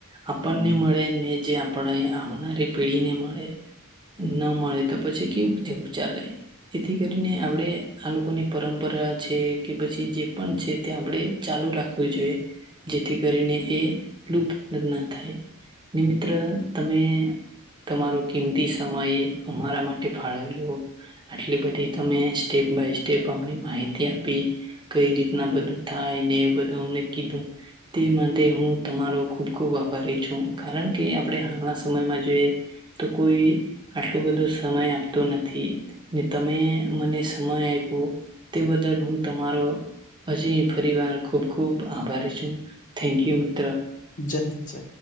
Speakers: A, on the right; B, on the left.
A: આપણને મળે ને જે આપણે આવનારી પેઢી ને મળે ન મળે તો પછી કેવું જેવુ ચાલે. એથી કરીને આપડે આ લોકોની પરંપરા છે કે પછી જે પણ છે તે આપણેે ચાલુ રાખવી જોઈએ. જેથી કરીને એ લુપ્ત ના થાય નિ મિત્ર તમે તમારો કિંમતી સમય અમારા માટે ફાળવ્યો આટલી બધી તમે સ્ટેપ બાય સ્ટેપ અમને માહિતી આપી કઈ રીતના બધું થાય ને એ બધું અમને કીધું તે માટે હું તમારો ખૂબ ખૂબ આભારી છું, કારણ કે આપણે હાલના સમયમાં જોઈએ તો કોઈ આટલો બધો સમય આપતો નથી ને તમે મને સમય આયપો. તે બદલ હું તમારો હજી ફરીવાર ખૂબ ખૂબ આભારી છું. થેન્ક યુ મિત્ર.
B: જય હિન્દ સર